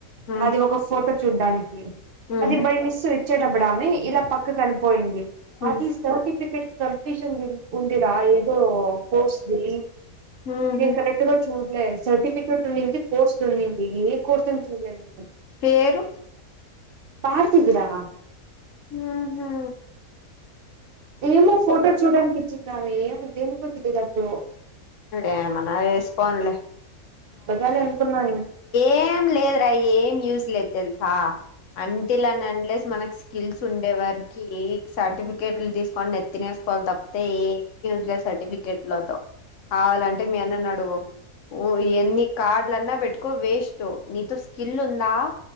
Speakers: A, on the left (about 65°); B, on the right (about 50°).
A: హ్మ్
B: అది ఒక ఫోటో చూడ్డానికి
A: హ్మ్
B: అది బై మిస్ వచ్చేటప్పుడు ఆమి ఇలా పక్కకి అని పోయింది
A: హ్మ్
B: అది సర్టిఫికేట్ కంప్లీషన్ ఉ ఉంది రా ఏదో కోర్స్ ది
A: ఊహూ
B: నేను కరెక్ట్ గా చూడలేదు సర్టిఫికేట్ ఉన్నింది కోర్సు ఉన్నింది ఏ కోర్స్ అని చూడలేదు నేను
A: పేరు
B: పాతది రా
A: ఉహు
B: ఏమో ఫోటో చూడానికి ఇచ్చిందామే ఏమో దేనికో తెలిదు అప్పుడు
A: ఏమన్నా చేసుకోనిలే
B: తగ్గాలి అనుకున్నాయి
A: ఏం లేదురా ఏం యూస్ లేదు తెలుసా అంటిల్ అన్ అన్లెస్ మనక్స్ స్కిల్స్ ఉండే వారికి సర్టిఫికేట్లు తీసుకొని నెత్తినేసుకోవాలి తప్పితే యూజ్లెస్స్ సర్టిఫికెట్ లోతో కావాలంటే మీ అన్నని అడుగు ఎన్ని కార్డ్లన్నా పెట్టుకో వేస్ టు నీతో స్కిల్ ఉందా